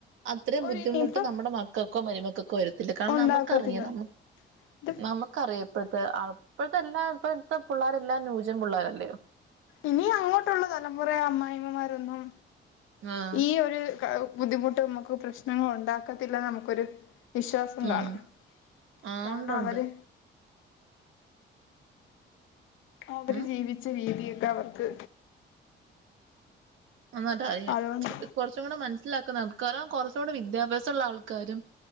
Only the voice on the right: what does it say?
അത്രയും
ബുദ്ധിമുട്ട്
നമ്മുടെ മക്കൾക്കോ മരുമക്കൾക്കോ വരത്തില്ല കാരണം
നമുക്കറിയാം നമുക്ക്
നമുക്കറിയാം ഇപ്പോഴത്തെ അപ്പോഴത്തെ ഇപ്പോഴത്തെ എല്ലാം ഇപ്പോഴത്തെ പിള്ളേരെല്ലാം ന്യൂജൻ പിള്ളേരല്ലിയോ
ആഹ്
ഉം
ആഹ്
ഉണ്ടുണ്ട്
ഉം
നന്നായിട്ട് അറിയും
കുറച്ചു കൂടെ മനസ്സിലാക്കുന്ന ആൾക്കാരും കുറച്ചും കൂടെ വിദ്യാഭ്യാസം ഉള്ള ആൾക്കാരും